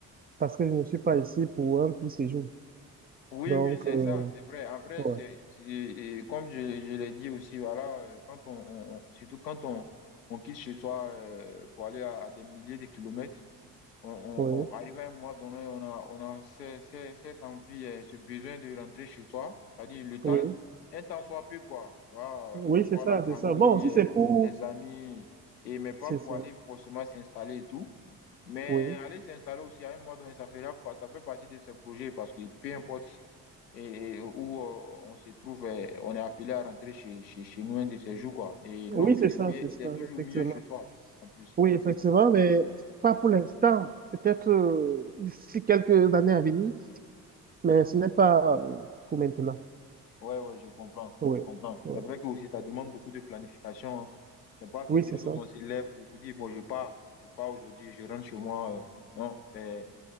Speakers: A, on the right (about 20°); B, on the left (about 90°).
A: Parce que je ne suis pas ici pour un court séjour.
B: Oui,
A: Donc,
B: oui, c'est
A: euh,
B: ça, c'est vrai. Après,
A: ouais,
B: c'est, c'est- et comme je, je l'ai dit aussi, voilà, euh, quand on, on- on- surtout quand on, on quitte chez soi euh, pour aller à, à des milliers de kilomètres, on, on,
A: oui,
B: on arrive à un moment donné, on a, on a ce- ce- cette envie, euh, ce besoin de rentrer chez soi. C'est-à-dire le temps,
A: oui,
B: un temps soit peu, quoi. Tu vois,
A: oui,
B: euh, voir
A: c'est ça,
B: la famille,
A: c'est ça. Bon, si
B: euh,
A: c'est pour,
B: les amis, et mais pas
A: c'est
B: pour
A: ça,
B: aller forcément s'installer et tout. Mais
A: oui,
B: aller s'installer aussi à un moment donné, ça fera, pa- ça fait partie de ce projet parce que peu importe et, et où euh, on se trouve, euh, on est appelé à rentrer chez, chez, chez nous un de ces jours, quoi. Et l'homme,
A: oui,
B: il
A: c'est
B: est
A: ça,
B: mieux,
A: c'est ça,
B: il est toujours
A: effectivement.
B: mieux chez soi, en plus.
A: Oui, effectivement, mais pas pour l'instant. Peut-être euh, d'ici quelques années à venir, mais ce n'est pas euh, pour maintenant.
B: Ouais, ouais, je comprends,
A: Oui,
B: je comprends.
A: oui,
B: C'est vrai que aussi, ça demande beaucoup de planification. hein. C'est pas quelque
A: oui, c'est
B: chose,
A: ça.
B: on se lève pour vous dire, bon, je pars, je pars aujourd'hui, je rentre chez moi. euh, non, c'est,